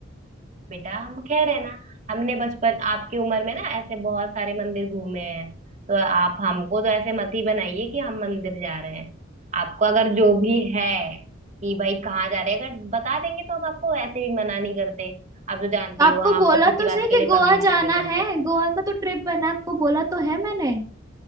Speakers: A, on the right (about 35°); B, on the right (about 20°).
A: बेटा हम कह रहे हैं ना हमने बचपन आपकी उम्र में ना ऐसे बहुत सारे मंदिर घूमे हैं तो आप हमको तो ऐसे मत ही बनाइए कि हम मंदिर जा रहे हैं आपको अगर जो भी है कि भाई कहाँ जा रहे हैं अगर बता देंगे तो हम आपको ऐसे भी मना नहीं करते आप तो जानती
B: तो आपको
A: हो हम आपको
B: बोला
A: किसी
B: तो
A: बात
B: सही
A: के
B: कि
A: लिए
B: गोवा
A: कभी मना
B: जाना
A: नहीं करते
B: है गोवा का तो ट्रिप बना है, आपको बोला तो है मैंने